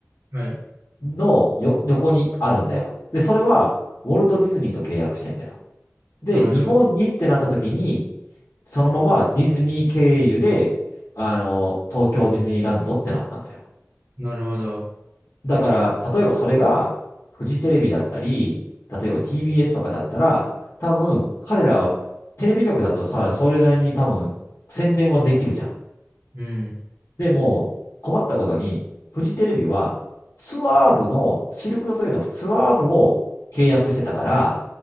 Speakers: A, on the right; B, on the left.
A: はい。
B: のよ、横にあるんだよ。で、それは、ウォルト・ディズニーと契約してんだよ。で、
A: なる、
B: 日本にってなった時に、そのままディズニー経由で、あの、東京ディズニーランドってなったんだよ。
A: なるほど。
B: だから、例えばそれが、フジテレビだったり、例えば TBS とかだったら、多分、彼ら、テレビ局だとさ、それなりに多分、宣伝はできるじゃん。
A: うん。
B: でも、困ったことに、フジテレビはツアー部の、シルク・ドゥソレイユのツアー部を契約してたから、